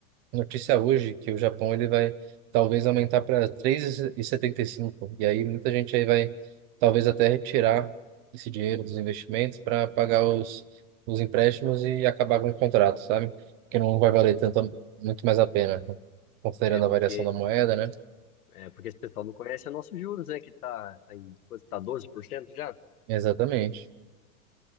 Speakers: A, on the right (about 45°); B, on the left (about 80°).
A: notícia hoje que o Japão ele vai talvez aumentar para três e setenta e e cinco E aí muita gente aí vai talvez até retirar esse dinheiro dos investimentos para pagar os, os empréstimos e acabar com o contrato, sabe? Que não vai valer tanto, muito mais a pena, né? considerando
B: É, porque,
A: a variação da moeda, né?
B: é porque esse pessoal não conhece o nosso juros, né? Que tá, tá em, quanto tá 12% já?
A: Exatamente.